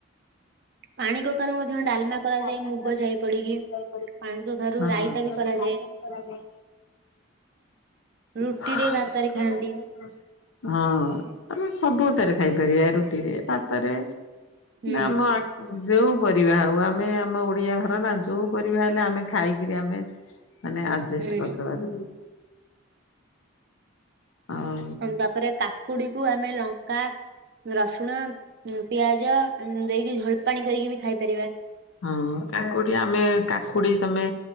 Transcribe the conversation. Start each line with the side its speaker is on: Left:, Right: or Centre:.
Right: ପାଣି କଖାରୁ ମଧ୍ୟ ଡାଲମା।
Left: ଡାଲି କରାଯାଏ
Right: ମୁଗ ଯାଇ
Left: ମୁଁ
Right: ପଡିକି
Left: ସ୍କୁ ଯାଇ ପଡିବିାଇସ
Right: ପାଣି କଖାରୁ ରାଇତା ବି କରାଯାଏ।
Left: କରାଯାଏ
Right: ରୁଟିରେ
Left: <inaudible>
Right: ଭାତରେ
Left: ଏି ବି
Right: ଖାଆନ୍ତି
Left: ବାାତରେ କଣନ୍ତି <inaudible> ହଁ ଆମେ ସବୁଥିରେ ଖାଇପାରିବା ରୁଟିରେ ଭାତରେ
Right: ହୁଁ
Left: ଆମ। ଯେଉ ପରିବା ହୋଉ ଆମେ। ଆମ ଓଡିଆ ଘର ନା ଯୋଉ ପରିବା ହେଲେ ଆମେ ଖାଇକିରି ଆମେ ମାନେ। ଆଜେଷ୍ଟ୍
Right: ହୁଁ
Left: କରିଦବା। ଆଉ
Right: ତାପରେ କାକୁଡି କୁ ଆମେ ଲଙ୍କା ରସୁଣ। ପିଆଜ ଦେଇକି ଝୋଳପାଣି କରିକି ବି ଖାଇ ପାରିବା।
Left: ହଁ କାକୁଡି ଆମେ କା। କାକୁଡି ତମେ